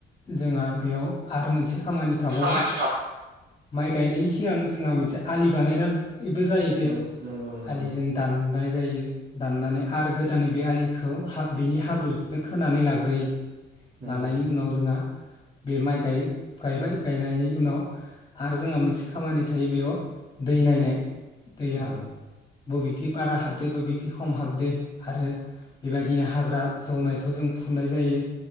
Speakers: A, on the left; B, on the right.
A: जोंहा बेयाव आरो मोनसे खामानि थाबावो
B: खामानि थाब
A: माइ गायनायनि सिगां जोंहा मोनसे आलि बानायना बेबो जायो दे
B: नंगौ नंगौ
A: आलिजों दाननाय जायो दाननानै आरो गोदानै बे आलिखौ हा बेनि हाब्रुजोंनो खोनानै लाग्रोयो।
B: नंगौ
A: लानायनि उनाव जोंहा बे माइ गाय गायबाय गायनायनि उनाव आरो जोंहा मोनसे खामानि थायो बेयाव दै नायनाय। दैया
B: नंगौ
A: बबेखि बारा हाबदो बबेखि खम हाबदो आरो बेबायदिनो हाग्रा जौनायखौ जों फुननाय जायो।